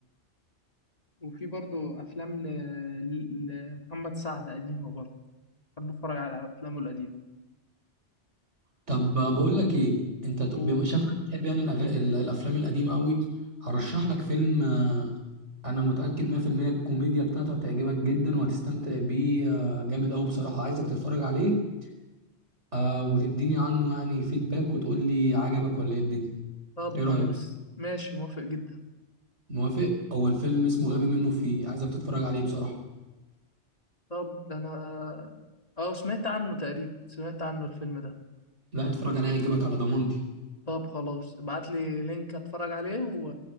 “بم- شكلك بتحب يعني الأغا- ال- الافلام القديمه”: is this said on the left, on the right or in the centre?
Right